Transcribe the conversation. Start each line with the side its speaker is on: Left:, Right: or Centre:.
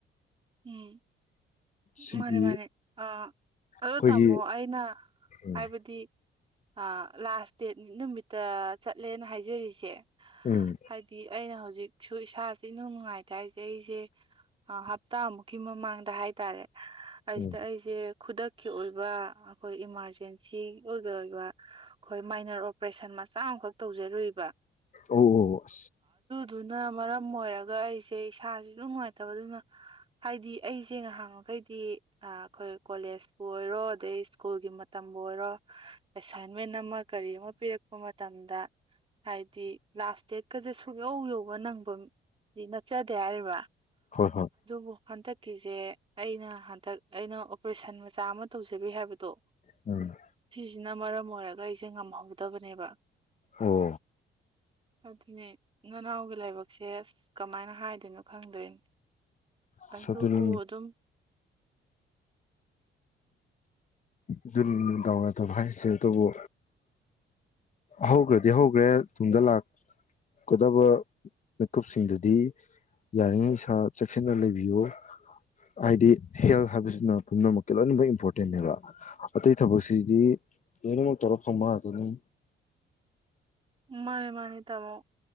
Right: ꯎꯝ
Left: ꯁꯤꯒꯤ
Right: ꯃꯅꯤ ꯃꯥꯅꯤ ꯑ ꯆ
Left: ꯑꯩꯈꯣꯏꯒꯤ
Right: ꯇꯃꯣ ꯑꯏꯩꯅ
Left: ꯎꯝ
Right: ꯍꯥꯏꯕꯗꯤ ꯑ ꯂꯥꯁ ꯗꯦꯠ ꯅꯨꯃꯤꯠꯇ ꯆꯠꯂꯦꯅ ꯍꯥꯏꯖꯔꯤꯁꯦ
Left: ꯎꯝ
Right: ꯍꯥꯏꯗꯤ ꯑꯩꯅ ꯍꯧꯖꯤꯛ ꯏꯁꯥꯁꯦ ꯅꯨꯡ ꯅꯨꯡꯉꯥꯏꯇ ꯍꯥꯏꯁꯦ ꯑꯩꯁꯦ ꯍꯞꯇꯥꯃꯨꯛꯀꯤ ꯃꯃꯥꯡꯗ ꯍꯥꯏꯇꯥꯔꯦ ꯑꯁꯤꯗ
Left: ꯎꯝ
Right: ꯑꯩꯁꯦ ꯈꯨꯗꯛꯀꯤ ꯑꯣꯏꯕ ꯑꯩꯈꯣꯏ ꯏꯃꯥꯔꯖꯦꯟꯁꯤ ꯑꯣꯏꯒꯤ ꯑꯣꯏꯕ ꯑꯩꯈꯣꯏ ꯃꯥꯏꯅꯔ ꯑꯣꯄꯔꯦꯁꯟ ꯃꯆꯥ ꯑꯃꯈꯛ ꯇꯧꯖꯔꯨꯏꯕ
Left: ꯑꯣ ꯑ
Right: ꯑꯗꯨꯅ ꯃꯔꯝ ꯑꯣꯏꯔꯒ ꯑꯩꯁꯦ ꯏꯁꯥꯥꯁꯁꯨ ꯅꯨꯡꯉꯥꯏꯇꯕ ꯑꯗꯨꯅ ꯍꯥꯏꯗꯤ ꯑꯩꯁꯦ ꯉꯍꯥꯡꯃꯈꯩꯗꯤ ꯑꯩꯈꯣꯏ ꯀꯣꯂꯦꯖꯄꯨ ꯑꯣꯏꯔꯣ ꯑꯗꯩ ꯁ꯭ꯀꯨꯜꯒꯤ ꯃꯇꯝꯕꯨ ꯑꯣꯏꯔꯣ ꯑꯦꯁꯥꯏꯟꯃꯦꯟ ꯑꯃ ꯀꯔꯤ ꯑꯃ ꯄꯤꯔꯛꯄ ꯃꯇꯝꯗ ꯍꯥꯏꯗꯤ ꯂꯥꯁ ꯗꯦꯠꯀꯁꯦ ꯁꯨꯌꯧ ꯌꯧꯕ ꯅꯪꯕ ꯁꯤ ꯅꯠꯆꯗꯦ ꯍꯥꯏꯔꯤꯕ
Left: ꯍꯣꯏ ꯍꯣꯏ
Right: ꯑꯣ ꯍꯟꯗꯛꯀꯤꯁꯦ ꯑꯩꯅ ꯍꯟꯗꯛ ꯑꯩꯅ ꯑꯣꯄꯔꯦꯁꯟ ꯃꯆꯥ ꯑꯃ ꯇꯧꯖꯔꯤ ꯍꯥꯏꯕꯗꯣ
Left: ꯎꯝ
Right: ꯁꯤꯅ ꯃꯔꯝ ꯑꯣꯏꯔꯒ ꯑꯩꯁꯦ ꯉꯝꯍꯧ ꯎꯗꯕꯅꯦꯕ
Left: ꯑꯣ
Right: ꯑꯗꯨꯅꯦ ꯅꯅꯥꯎꯒꯤ ꯂꯥꯏꯕꯛꯁꯦ ꯑꯁ ꯀꯃꯥꯏꯅ ꯍꯥꯏꯗꯣꯏꯅꯣ ꯈꯪꯗꯣꯏꯅꯤ
Left: ꯑꯁ
Right: ꯑꯗꯨꯕꯨ
Left: ꯑꯗꯨꯅꯤ
Right: ꯑꯗꯨꯝ
Left: ꯑꯗꯨꯟ ꯗꯔ ꯇ ꯍꯥꯏꯥꯏꯁꯦ ꯇꯕꯨ ꯍꯧꯈ꯭ꯔꯗꯤ ꯍꯧꯈ꯭ꯔꯦ ꯇꯨꯡꯗ ꯂꯥꯛ ꯀꯗꯕ ꯃꯤꯀꯨꯞꯁꯤꯡꯗꯨꯗꯤ ꯌꯥꯔꯤꯉꯩ ꯏꯁꯥ ꯆꯦꯛꯁꯤꯟꯅ ꯂꯩꯕꯤꯌꯨ ꯍꯥꯏꯗꯤ ꯍꯦꯜꯊ ꯍꯥꯏꯕꯁꯤꯅ ꯄꯨꯝꯅꯃꯛꯀꯤ ꯂꯣꯏꯅꯃꯛ ꯏꯝꯄꯣꯔꯇꯦꯟꯅꯦꯕ ꯑꯇꯩ ꯊꯕꯛꯁꯤꯗꯤ ꯀꯩꯅꯃ ꯇꯧꯔꯣ ꯐꯝꯃ ꯑꯗꯨꯅꯤ
Right: ꯃꯥꯅꯦ ꯃꯥꯅꯤ ꯇꯃꯣ